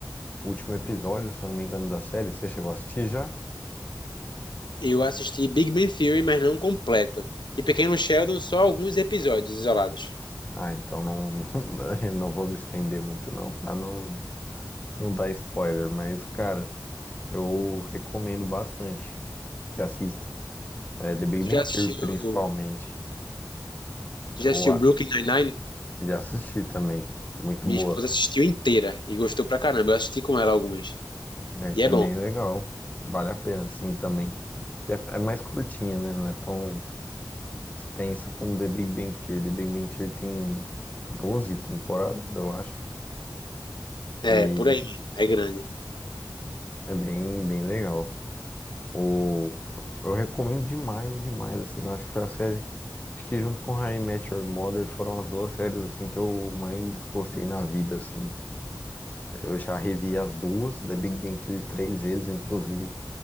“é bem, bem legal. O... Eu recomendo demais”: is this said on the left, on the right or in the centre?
Left